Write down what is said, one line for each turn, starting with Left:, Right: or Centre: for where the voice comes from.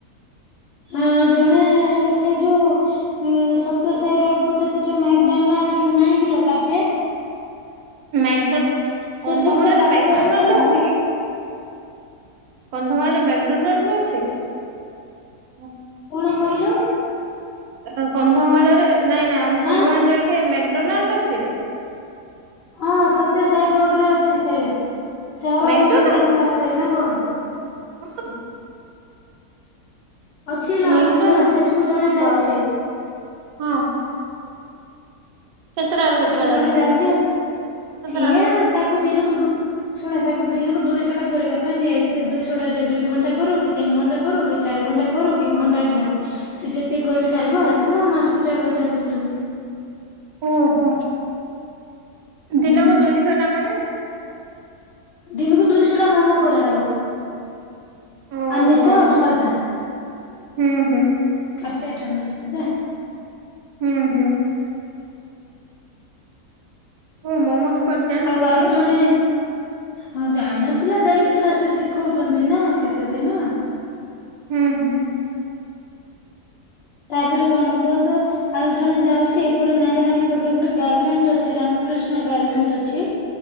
Left: ହଁ ଜଣେ ସେ ଯୋଉ ଇଏ ସତ୍ୟସାଇ ରୋଡ ପଟେ ସେ ଯୋଉ ମେକଡୋନାଲ୍ଡ ନାଇଁ କିଲୋ କାଫେ?
Right: ମେକଡୋ
Left: ସେଠି
Right: କନ୍ଧମାଳରେ
Left: ଗୋଟେ କାଫେ
Right: ମେକଡୋନାଲ୍ଡ
Left: ହେଲା
Right: ଅଛି କି? କନ୍ଧମାଳରେ ମେକଡୋନାଲ୍ଡ ବି ଅଛି? <unintelligible>
Left: କଣ କହିଲୁ
Right: ଅ କନ୍ଧମାଳରେ ନାଇଁ ନାଇଁ ଆମ
Left: ହାଁ
Right: ଫୁଲବାଣୀରେ ଏଇଠେ ମେକଡୋନାଲ୍ଡ ଅଛି?
Left: ହଁ ସତ୍ୟସାଇ ରୋଡରେ ଅଛି ସେଇରେ ସେ ଅରବିନ୍ଦ
Right: ମ୍ୟାକଡୋନାଲ୍ଡ
Left: ସ୍କୁଲ ପାଖେରେ ନା କଣ।
Right: <unintelligible>
Left: ଅଛି ହେଲା
Right: ମେକଡୋନା
Left: ଅଛି ହେଲା ସେଠୁକୁ ଜଣେ ଯାଉଛି
Right: ବାପରେ ହଁ। କେତେଟାରୁ
Left: ସେଠୁକୁ
Right: କେତେଟା
Left: ଜଣେ
Right: ଯାଉଛନ୍ତି?
Left: ଯାଉଚି ଆଉ
Right: କେତେଟାରୁ
Left: ସିଏ
Right: କେତେଟା?
Left: ତାକୁ ଦିନକୁ ଦୁଇ ଶୁଣ ତାକୁ ଦିନୁକୁ ଦୁଇଶଟା କରିବା ପାଇଁ ଦିଆହେଇଚି ସେ ଦୁଇଶଟା ସେ ଦୁଇ ଘଣ୍ଟା କରୁ କି ତିନି ଘଣ୍ଟା କରୁ କି ଚାରି ଘଣ୍ଟା କରୁ କି ଘଣ୍ଟାକରେ ସାରୁ। ସିଏ ଯେତିକି କରି ସାରିବ ଆସିବ ମାସୁକୁ ଚାର୍ ହଜାର ଦଉଚନ୍ତି।
Right: ଓହୋ ଦିନକୁ
Left: ହୁଁ
Right: ଦୁଇଶଟା ମାନେ?
Left: ଦିନୁକୁ ଦୁଇଶଟା ମୋମୋ କରାହବ
Right: ଓହୋ
Left: ଆମିଷ ଆଉ ସାଧା।
Right: ହୁଁ ହୁଁ।
Left: କାଫେଟା ନା ସେଇଟା।
Right: ହୁଁ ହୁଁ। ଓ ମୋମୋସ୍ କରି ଜାଣିଛି
Left: ଆଉ
Right: କି
Left: ଆଉ
Right: ସିଏ?
Left: ଜଣେ ହଁ ଜାଣି ନଥିଲା ଯାଇକି ଫାଷ୍ଟ ଶିଖଉଚନ୍ତି ନା କେତେ ଦିନ।
Right: ହୁଁ ହୁଁ।
Left: ତାପରେ କଣ କୁହ ତ ଆଉ ଜଣେ ଯାଉଚି ଏପଟେ ନାରାୟଣୀ ପଟେ ଗୋଟେ ଗାରମେଣ୍ଟ ଅଛି ରାମକୃଷ୍ଣ ଗାରମେଣ୍ଟ ଅଛି।